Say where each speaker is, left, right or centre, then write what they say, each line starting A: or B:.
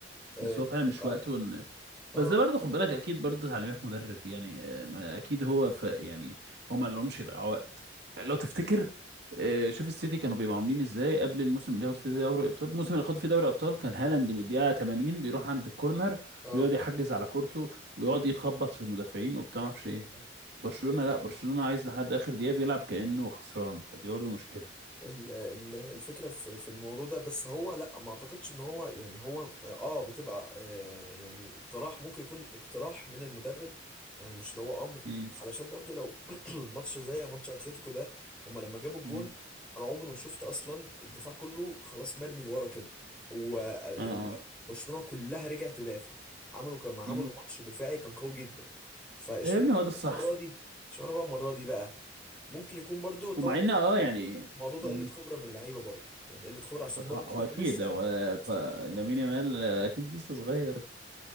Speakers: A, in the centre; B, on the right.
A: آه،
B: بس
A: الفكرة
B: هو فعلا مش
A: بقى
B: وقته ان
A: اه
B: بس ده برضه خد بالك اكيد برضه تعليمات مدرب يعني آه ما اكيد هو في يعني هو ما لهمش يضيعوا وقت لو تفتكر آه شوف السيتي كانوا بيبقوا عاملين ازاي قبل الموسم اللي ياخد فيه دوري ابطال الموسم اللي خد فيه دوري ابطال كان هالاند من الدقيقه 80 بيروح عند الكورنر
A: اه
B: ويقعد يحجز على كورته ويقعد يخبط في المدافعين وبتاع ما اعرفش
A: ايوه
B: ايه
A: فاهم
B: برشلونة
A: الفكرة
B: لا برشلونة عايز لحد آخر دقيقة بيلعب كأنه خسران فدي برضه مشكلة
A: ال- ال- الفكرة في في الموضوع ده بس هو لا ما اعتقدش ان هو يعني هو اه بتبقى آه يعني اقتراح ممكن يكون اقتراح من المدرب يعني مش اللي هو امر
B: مم.
A: علشان برضو لو <clears throat> ماتش زي ماتش اتلتيكو ده هما لما جابوا الجون
B: مم.
A: انا عمري ما شفت اصلا الدفاع كله خلاص مرمي لورا كده هو آه، يعني
B: اه آه.
A: برشلونة كلها رجعت تدافع عملوا كما عملوا
B: مم.
A: ماتش دفاعي كان قوي جدا فاشمعنى
B: يا ابني هو ده الصح
A: المرة دي اشمعنى بقى المرة دي بقى ممكن يكون برضو
B: ومع ان اه يعني
A: الموضوع ده
B: مم.
A: قله خبره من اللعيبه برضو يعني قله خبره عشان
B: آه طبعا
A: برضو
B: هو
A: هم
B: اكيد
A: لسه
B: هو ف- لامين يامال آه، اكيد لسه صغير